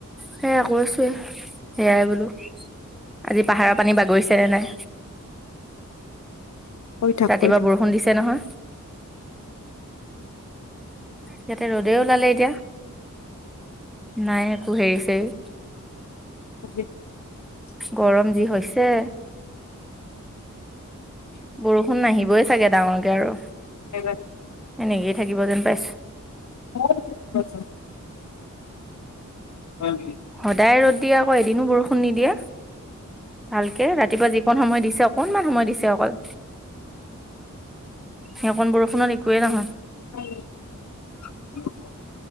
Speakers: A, in the centre; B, on the left.
A: সেয়া কৈছোৱে সেয়াই বোলো। আজি পাহাৰৰ পানী বাগৰিছেনে নাই?
B: কৈ থাক,
A: ৰাতিপুৱা
B: কৈ থাক।
A: বৰষুণ দিছে নহয়? ইয়াতে ৰ'দে ওলালে এতিয়া, নাই একো হেৰি ছেৰি
B: <unintelligible>
A: গৰম যি হৈছে। বৰষুণ নাহিবই চাগে ডাঙৰকে আৰু।
B: এইবাৰ
A: এনেকেই থাকিব যেন পাইছোঁ।
B: <unintelligible> হয় নেকি?
A: সদাই ৰ'দ দিয়ে আকৌ এদিনো বৰষুণ নিদিয়ে ভালকে, ৰাতিপুৱা যি অকণ সময় দিছে অকণমান সময় দিছে অকল। হেকন বৰষুণত একোৱেই নহয়।
B: <unintelligible>